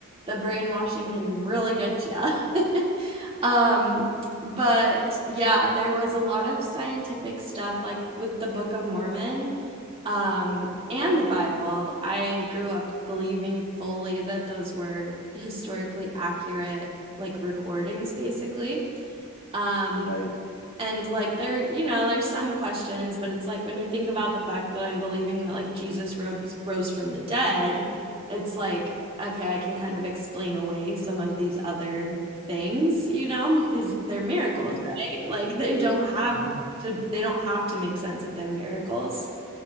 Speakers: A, on the right; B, on the left.
A: the brainwashing can really get you. <laughs> Um, but yeah, there was a lot of scientific stuff like with the Book of Mormon um, and the Bible, I grew up believing fully that those were historically accurate, like recordings, basically. Um,
B: right?
A: and like there, you know, there's some questions, but it's like when you think about the fact that I'm believing that like Jesus rose rose from the dead, it's like okay, I can kind of explain away some of these other things, you know? These they're miracles,
B: hmm
A: right? Like they don't have
B: hmm
A: to they don't have to make sense if they're miracles.